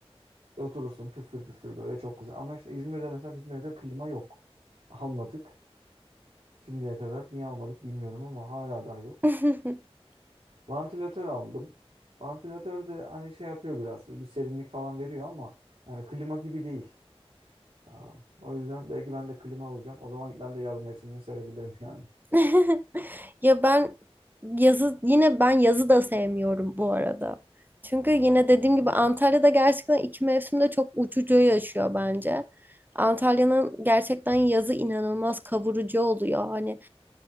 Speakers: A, on the right; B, on the right.
A: e, oturursun püfür püfür böyle çok güzel. Ama işte İzmir'de mesela bizim evde klima yok. Almadık. Şimdiye kadar niye almadık bilmiyorum ama hala daha yok.
B: <laughs> <laughs>
A: Vantilatör aldım. Vantilatör de hani şey yapıyor biraz. Bir serinlik falan veriyor ama yani klima gibi değil. Aa, o yüzden belki ben de klima alacağım. O zaman ben de yaz mevsimini sevebilirim <laughs> yani.
B: <laughs> Ya ben yazı yine ben yazı da sevmiyorum bu arada. Çünkü yine dediğim gibi Antalya'da gerçekten iki mevsimde çok uçucu yaşıyor bence. Antalya'nın gerçekten yazı inanılmaz kavurucu oluyor. Hani